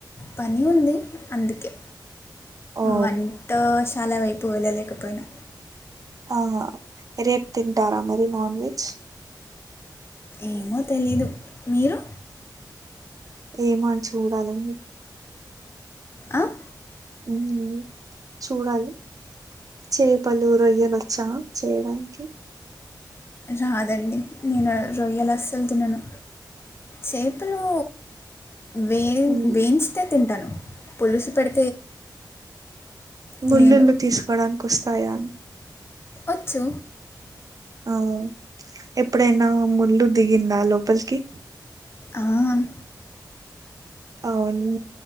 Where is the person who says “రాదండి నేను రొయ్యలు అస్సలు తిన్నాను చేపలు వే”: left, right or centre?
Left